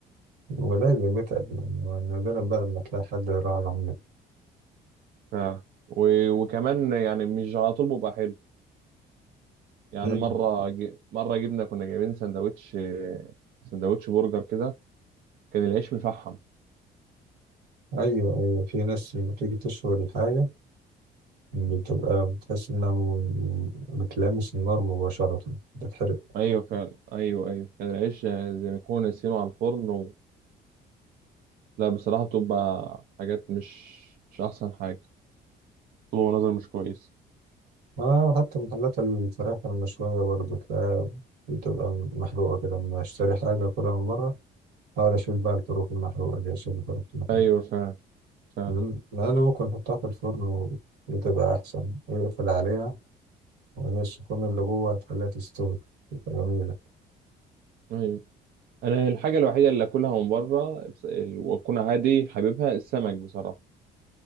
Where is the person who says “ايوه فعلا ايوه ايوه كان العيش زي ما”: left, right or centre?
Right